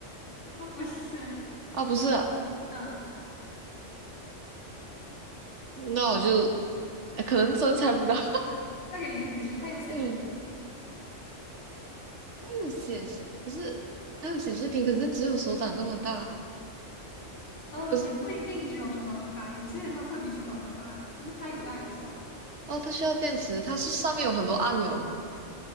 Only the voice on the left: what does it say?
它不是，<laughs>
嗯，
再给你一个提示，它有显示屏，
嗯，
也不一定只有手掌那么大，有些人的会比手掌的大，哎，就是它有大有小，